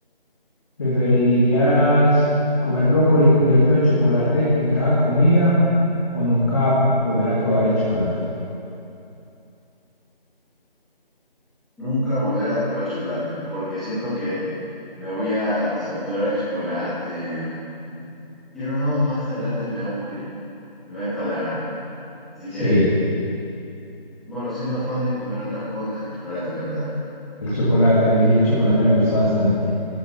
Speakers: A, on the left; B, in the centre.
A: ¿preferirías comer brócoli cubierto de chocolate en cada comida o nunca volver a probar el chocolate?
B: Nunca volver a probar chocolate, porque siento que me voy a saturar de chocolate. Quiero no, más adelante me va a aburrir, me va a empalagar. Así
A: Sí,
B: que, bueno, soy más fan de comer otras cosas que chocolate, la verdad.
A: el chocolate, a mí sí el chocolate me gusta bastante.